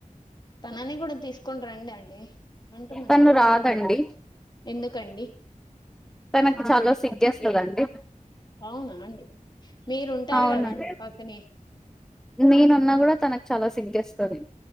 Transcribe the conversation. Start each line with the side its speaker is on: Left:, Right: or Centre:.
Left: తనని కూడా తీసుకుని రండి అండి అంటున్నాం
Centre: తను
Left: కదా
Centre: రాదండి
Left: ఎందుకండి
Centre: తనకి చాలా సిగ్గేస్తదండి
Left: అవునా అండి మీరు ఉంటారు
Centre: అవునండి
Left: కదాండి పక్కనే
Centre: నేనున్నా కూడా తనకి చాలా సిగ్గేస్తది